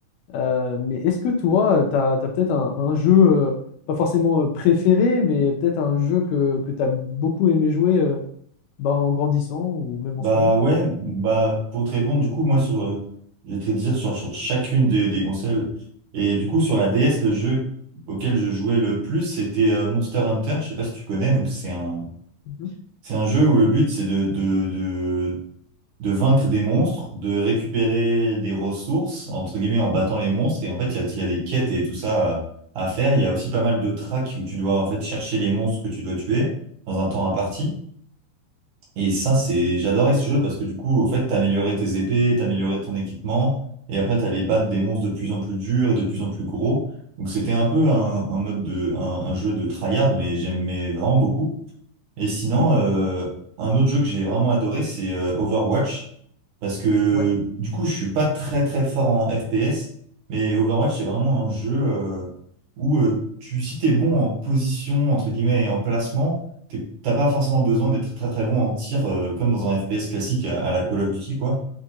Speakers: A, on the left; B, on the right.
A: Euh, mais est-ce que toi, t'as, t'as peut-être un, un jeu, euh, pas forcément euh, préféré, mais peut-être un jeu que, que t'as beaucoup aimé jouer euh, bah, en grandissant ou même en
B: Bah
A: ce moment?
B: ouais, bah pour te répondre, du coup, moi sur euh, je vais te dire sur, sur chacune des, des consoles. Et du coup, sur la DS, le jeu auquel je jouais le plus, c'était euh, Monster Hunter. Je sais pas si tu connais, donc c'est un
A: Mhm,
B: c'est un jeu où le but c'est de, de, de, de vaincre des monstres, de récupérer des ressources, entre guillemets, en battant les monstres. Et en fait, il y a, il y a des quêtes et tout ça à, à faire. Il y a aussi pas mal de tracks où tu dois en fait chercher les monstres que tu dois tuer dans un temps imparti. Et ça, c'est, j'adorais ce jeu parce que du coup, en fait, t'améliorais tes épées, t'améliorais ton équipement, et après, t'allais battre des monstres de plus en plus durs et de plus en plus gros. Donc, c'était un peu un, un mode de, un, un jeu de tryhard, mais j'aimais vraiment beaucoup. Et sinon,
A: mhm.
B: euh, un autre jeu que j'ai vraiment adoré, c'est euh, Overwatch. Parce que
A: Ouais,
B: du coup, je suis pas très très fort en FPS, mais Overwatch, c'est vraiment un jeu euh, où euh, tu, si t'es bon en position, entre guillemets, et en placement, t'es- t'as pas forcément besoin d'être très très bon en tir, euh, comme dans un FPS classique à, à la Call of Duty, quoi.